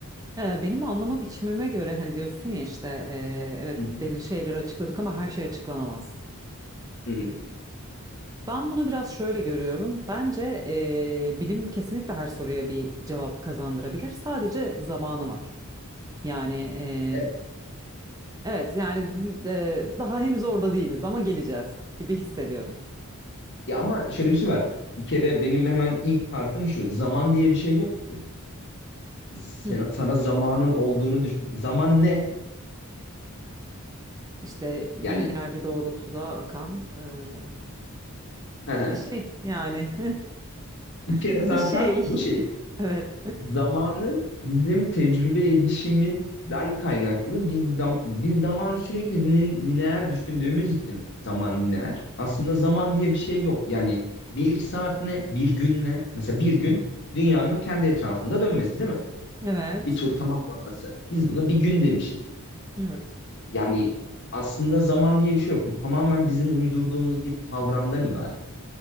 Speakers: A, on the right; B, on the left.
A: Ee, benim anlama biçimime göre hani diyorsun ya işte e, evet
B: Hı hı.
A: belli şeyleri açıkladık ama her şey açıklanamaz.
B: Hı hı.
A: Ben bunu biraz şöyle görüyorum. Bence eee, bilim kesinlikle her soruya bir cevap kazandırabilir. Sadece zamanı var. Yani eee,
B: E,
A: evet yani eee, daha henüz orada değiliz ama geleceğiz gibi hissediyorum.
B: ya ama şöyle bir şey var. Bir kere benim hemen ilk kartım şu. Zaman diye bir şey yok ki. Sen-
A: Hmm.
B: sana zamanın olduğunu düşün. Zaman ne?
A: İşte lineer
B: Yani
A: bir doğrultuda akan eee,
B: <laughs>
A: bir şey yani
B: Bir
A: <laughs>
B: kere
A: bir
B: zaten
A: şey.
B: bu şey
A: <laughs> Evet.
B: zamanı bizim tecrübe edişimizden kaynaklı biz zam- biz zamanı sürekli lin- lineer düşündüğümüz için zaman lineer. Aslında zaman diye bir şey yok. Yani bir saat ne, bir gün ne? Mesela bir gün dünyanın kendi etrafında dönmesi değil mi?
A: Evet.
B: Bir tur tamamlaması. Biz buna bir gün demişiz.
A: Evet.
B: Yani aslında zaman diye bir şey yok. Bu tamamen bizim uydurduğumuz bir kavramdan ibaret.